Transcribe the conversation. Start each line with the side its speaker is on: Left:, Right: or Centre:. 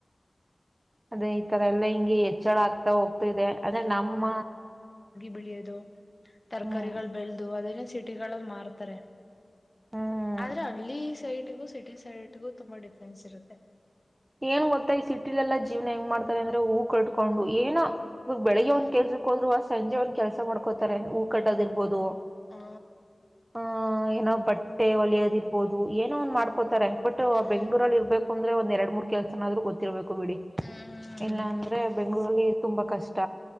Right: ಅದೇ ಈ ತರ ಎಲ್ಲಾ ಹಿಂಗಗೆ ಹೆಚ್ಚಳ ಆಗ್ತಾ ಹೋಗ್ತಾ ಇಿದೆ ಅಂದ್ರೆ ನಮ್ಮ
Left: ಬೆಳಿಯೋದು ತರಕಾರಿಗಳು
Right: ಹ್ಮ್
Left: ಬೆಳೆದು ಅದ ಸೀಟಿಗಳಲ್ಲಿ ಮಾರ್ತಾರೆ
Right: ಹ್ಮ್
Left: ಆದ್ರೆ ಹಳ್ಳಿ ಸೈಡ್ಗೂ ಸಿಟಿ ಸೈಡ್ಗು ತುಂಬಾ ಡಿಫ್ರೆನ್ಸ್ ಇರುತ್ತೆ
Right: ಏನ್ ಗೊತ್ತಾ ಈ ಸಿಟಿಲೆಲ್ಲಾ ಜೀವನ ಹೆಂಗ್ ಮಾಡ್ತಾರೆ ಅಂದ್ರೆ ಹೂ ಕಟ್ಕೊಂಡು ಏನ ಇವಾಗ ಬೆಳಿಗ್ಗೆ
Left: ಹ್ಮ್
Right: ಒ್ ಕೆಲ್ಸಕ್ಕೋ್ರು ಸಂಜೆ ಒಂದ್ ಕೆಲ್ಸ ಮಾಡ್ಕೋತಾರೆ ಹೂ ಕಟ್ಟದ್ ಇರ್ಬೋದು
Left: ಹ
Right: ಆ ಏನೋ ಬಟ್ಟೆ ಒಲಿಯೋದಿ ಇರ್ಬೋುದು ಏನೋ ಒಂದ್ ಮಾಡ್ಕೋತಾರೆ ಬಟ್
Left: ಹ್ಮ್
Right: ಬೆಂಗ್ಗಳೂರಲ್ಲಿ ಇರ್ಬೇಕು ದ್ರೆ ಒಂದ್ ಎರಡ್ ಮೂರ್ ಕೆಲ್ಸನಾದ್ರುೂ ಗೊತ್ತಿರ್ಬೇಕು ಬಿಡಿ
Left: ಹ್ಮ್
Right: ಇಲ್ಲಾಂದ್ರೆ ಅರಲ್ಲಿ ತುಂಬಾ ಕಷ್ಟ